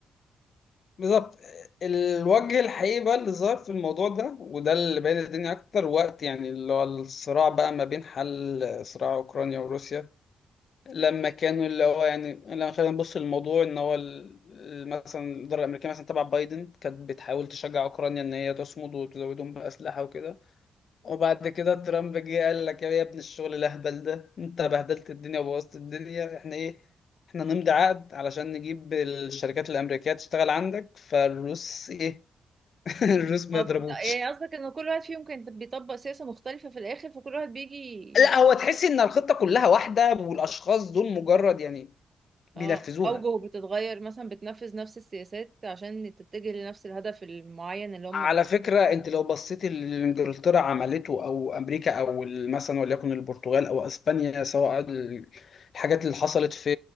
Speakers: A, on the left; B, on the right.
A: بالظبط الوجه الحقيقي بقى اللي ظهر في الموضوع ده وده اللي بين الدنيا اكتر وقت يعني اللي هو الصراع بقى ما بين حل صراع اوكرانيا وروسيا لما كانوا اللي هو يعني لما خلينا نبص للموضوع ان هو ال- ال- مثلا الاداره الامريكيه مثلا تبع بايدن كانت بتحاول تشجع اوكرانيا ان هي تصمد وتزودهم باسلحه وكده وبعد كده ترامب جه قال لك يا ابن الشغل الاهبل ده انت بهدلت الدنيا وبوظت الدنيا احنا ايه احنا نمضي عقد علشان نجيب الشركات الامريكيه تشتغل عندك فالروس ايه <laughs> الروس ما
B: اه
A: يضربوش
B: بالظبط. يعني قصدك ان كل واحد فيهم كان بيطبق سياسه مختلفه في الاخر فكل واحد بيجي ي-
A: لا هو تحس ان الخطه كلها واحده والاشخاص دول مجرد يعني بينفذوها
B: اه اوجهه بتتغير مثلا بتنفذ نفس السياسات عشان تتجه لنفس الهدف المعين اللي هم
A: على
B: بي-
A: فكرة انت لو بصيت اللي انجلترا عملته او امريكا او ال- مثلا وليكن البرتغال او اسبانيا سواء ال- الحاجات اللي حصلت في